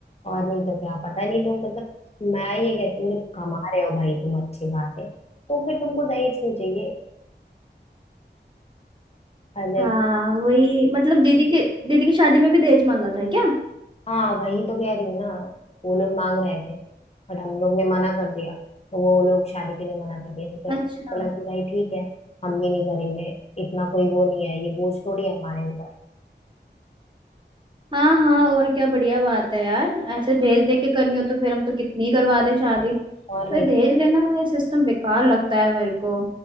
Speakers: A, on the left (about 35°); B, on the right (about 25°).
A: और नहीं तो क्या पता नहीं लोग मतलब मैं ये कहती हूँ जब कमा रहे हो भाई तुम अच्छे खासे तो फिर तुमको दहेज क्यों चाहिए अलग
B: हाँ वही मतलब दीदी के दीदी की शादी में भी दहेज मांगा था क्या
A: हाँ वही तो कह रही हूँ ना वो लोग मांग रहे थे बट हम लोग ने मना कर दिया तो वो लोग शादी के लिए मना कर दिया तो फिर
B: अच्छा
A: हमने बोला कि भाई ठीक है हम भी नहीं करेंगे इतना कोई वो नहीं है ये बोझ थोड़ी है हमारे ऊपर
B: हाँ हाँ और क्या बढ़िया बात है यार ऐसे दहेज दे के करनी हो तो फिर हम तो कितनी ही करवा दे शादी
A: और
B: पर
A: नहीं
B: दहेज लेना ये सिस्टम बेकार लगता है मेरे को